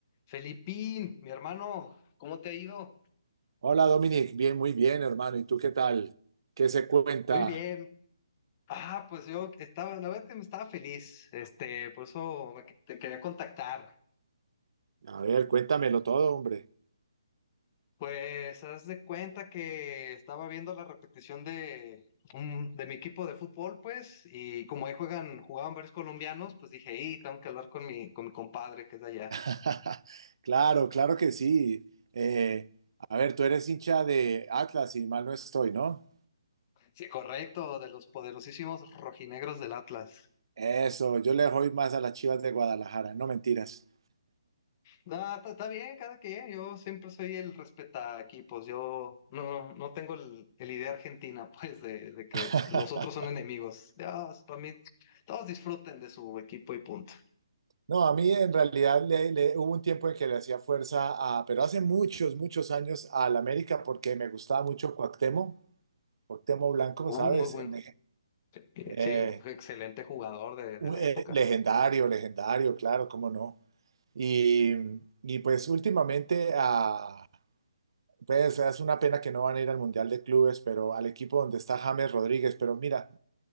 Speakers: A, on the left; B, on the right.
A: Felipín, mi hermano, ¿cómo te ha ido?
B: Hola Dominic, bien, muy bien, hermano. ¿Y tú qué tal? ¿Qué se cuenta?
A: Muy bien. Ah, pues yo estaba, la verdad que me estaba feliz, este, por eso me que- te quería contactar.
B: A ver, cuéntamelo todo, hombre.
A: Pues haz de cuenta que estaba viendo la repetición de, un- de mi equipo de fútbol, pues, y como ahí juegan, jugaban varios colombianos, pues dije, y tengo que hablar con mi, con mi compadre que es de allá.
B: <laughs> Claro, claro que sí. Eh, a ver, tú eres hincha de Atlas y mal no estoy, ¿no?
A: Sí, correcto, de los poderosísimos rojinegros del Atlas.
B: Eso, yo le doy más a las Chivas de Guadalajara, no mentiras.
A: No, está, está bien, cada quien. Yo siempre soy el respeta equipos. Yo no, no tengo el, el idea argentina, <laughs> pues, de, de que
B: <laughs>
A: los otros son enemigos. Ya, para mí, todos disfruten de su equipo y punto.
B: No, a mí en realidad le, le- hubo un tiempo en que le hacía fuerza a, pero hace muchos, muchos años al América porque me gustaba mucho Cuauhtémoc, Cuauhtémoc Blanco,
A: Uh,
B: ¿sabes?
A: muy buen,
B: En-
A: ju- eh, eh,
B: Eh,
A: sí, un excelente jugador de, de
B: u-
A: la
B: eh,
A: época.
B: legendario, legendario, claro, cómo no. Y, y pues últimamente, ah, pues es una pena que no van a ir al Mundial de Clubes, pero al equipo donde está James Rodríguez, pero mira,